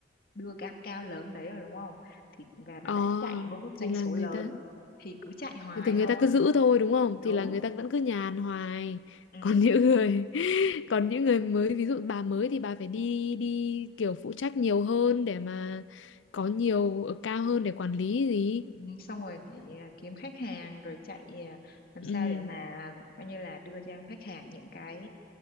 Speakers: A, on the left (about 50°); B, on the left (about 85°).
A: đưa cái account lớn đấy rồi đúng không thì và
B: Ờ,
A: nó đã chạy bước
B: thì
A: doanh
B: là
A: số
B: người
A: lớn
B: ta
A: thì cứ chạy hoài
B: thì, thì người
A: thôi
B: ta cứ giữ thôi đúng không
A: đúng
B: thì là người ta vẫn cứ nhàn hoài <laughs>
A: ừ.
B: còn những người <laughs> còn những người mới ví dụ bà mới thì bà phải đi đi kiểu phụ trách nhiều hơn để mà có nhiều ở cao hơn để quản lý gì
A: Ừ, xong rồi phải à, kiếm khách hàng rồi chạy à, làm
B: ừ.
A: sao để mà coi như là đưa cho khách hàng những cái